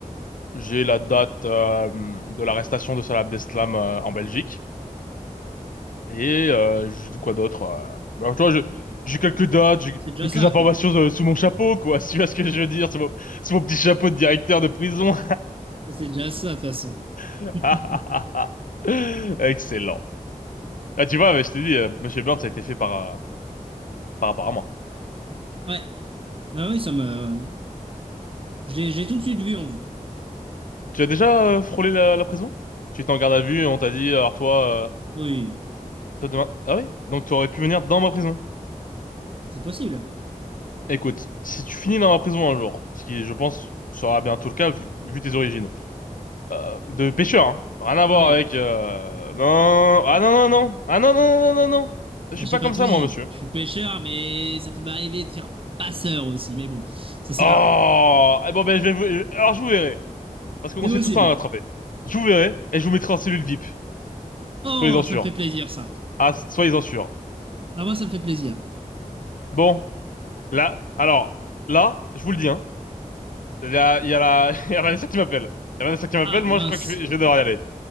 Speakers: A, on the left; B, on the right.
A: j'ai la date euh, de l'arrestation de Salah Abdeslam euh, en Belgique. Et euh, je- de quoi d'autre? euh, Bah, Alors, tu vois, je- j'ai quelques dates, j'ai
B: C'est déjà
A: quelques
B: ça,
A: informations
B: quoi.
A: euh, sous mon chapeau, quoi. <laughs> Si tu vois ce que je veux dire, sous mon, sous mon petit chapeau de directeur de prison.
B: Ça, C'est déjà ça, de toute façon.
A: <laughs>
B: <laughs>
A: Excellent. Ah, tu vois, mais je t'ai dit, euh, Monsieur Burns, ça a été fait par, euh, par rapport à moi.
B: Ouais. Ah oui, ça me. J'ai tout de suite vu en vous.
A: Tu as déjà euh, frôlé la, la prison? Tu étais en garde à vue et on t'a dit, alors toi, euh,
B: Oui,
A: toi demain... Ah oui? Donc tu aurais pu venir dans ma prison.
B: c'est possible.
A: Écoute, si tu finis dans ma prison un jour, ce qui, je pense, sera bientôt le cas vu vu tes origines, euh, de pêcheur, hein. Rien à voir
B: Ah oui,
A: avec... euh, Non, ah non, non, non. Ah non, non, non, non, non. non. Je suis
B: bah, je
A: pas
B: t'ai pas
A: comme
B: tout
A: ça,
B: dit.
A: moi, monsieur.
B: Je suis pêcheur, mais ça peut m'arriver de faire passeur aussi. Mais bon, ça c'est
A: Oh!
B: rare.
A: Eh bon, ben, je vais vous... je- Alors, je vous verrai. Parce qu'on
B: C'est
A: se
B: possible.
A: fait tout le temps attraper. Je vous verrai et je vous mettrai en cellule VIP.
B: Oh,
A: Soyez-en sûrs.
B: ça me fait plaisir ça.
A: Ah, soyez-en sûrs.
B: Ah moi ça me fait plaisir.
A: Bon, là... Alors, là, je vous le dis, hein. Il y a, il y a la... <laughs> Il y a Vanessa qui m'appelle. Il y a Vanessa qui m'appelle,
B: Ah
A: moi,
B: mince,
A: je crois que je vais, je vais devoir y aller.